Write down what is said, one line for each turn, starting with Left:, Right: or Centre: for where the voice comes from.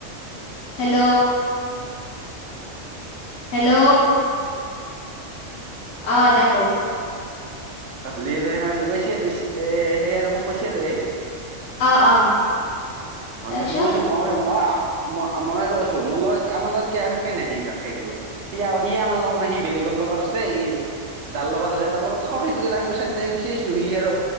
Left: হেল্ল'। হেল্ল'। আহ দে ক।
Right: <unintelligible> আৰু সেনেকে লগাইছে আৰু এ সেইয় আৰু মোক কৈছো আৰু এই
Left: অ অ তাৰপিছত
Right: ভছ মইছো মই মছ। মইতো কৈছো। মোৰ লগত আমাৰ লগত আমি কেনে দিম তাক সেই কৰিব সি আমাৰ লগত নাই সি বেলেগ। লগত আছে ই যাৰ লগত আছে তাৰ লগত থাক সি। সে আমি চাৰিটা গুচি আছোঁ সি আৰু